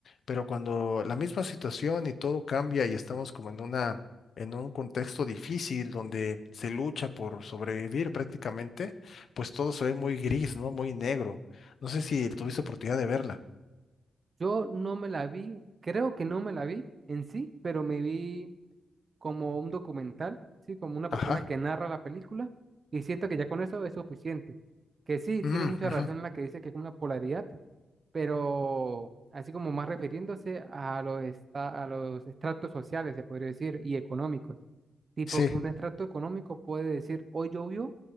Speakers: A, on the left; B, on the right.
A: pero cuando la misma situación y todo cambia y estamos como en una, en un contexto difícil donde se lucha por sobrevivir prácticamente, pues todo se ve muy gris, ¿no? Muy negro. No sé si tuviste oportunidad de verla.
B: Yo no me la vi, creo que no me la vi en sí, pero me vi como un documental, ¿sí? Como una persona
A: Ajá.
B: que narra la película y siento que ya con eso es suficiente. Que sí, tiene
A: Mm,
B: mucha
A: ujú.
B: razón la que dice que es como una polaridad, pero así como más refiriéndose a los, esta- a los estratos sociales, se podría decir, y económicos. Tipo
A: Sí,
B: que un extracto económico puede decir, hoy llovió